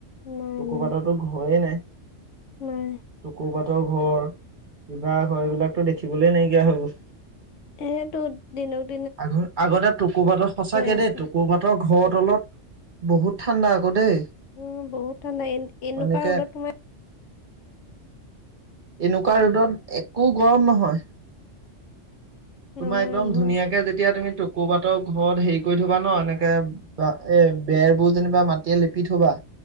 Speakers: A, on the left (about 80°); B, on the right (about 45°).
A: নাই
B: টকুৰ
A: নাই
B: পাতৰো ঘৰেে নাই
A: নাই
B: টুকুৰ পাত। স ঘৰ কিবা ঘৰ এইবিলাকতো দেখিবলৈ নাইকিয়া হৈ গ'ল।
A: সেতটো দিনত।
B: আগ আগতে টুকুৰ মাতো সঁচাকে
A: আছে
B: দেই টুকুৰ মাতৰ ঘৰত তলত বহুত ঠাণ্ডা আকৌ দেই।
A: উম বহুত ঠাণ্ডা এ এনেকুৱা
B: এনেকে
A: ৰদত তোমাৰ
B: এনেকুৱা ৰ'দত একো গৰম
A: <unintelligible>
B: নহয়।
A: নহয়
B: তোমাৰ একদম
A: নহয়
B: ধুনীয়াকে যেতিয়া তুমি! কৰবাতো ঘৰত হেৰি কৰি থবা ন এনেকে বা এ বেৰবোৰ যেনিবা মাটিয়ে লিপি থবা।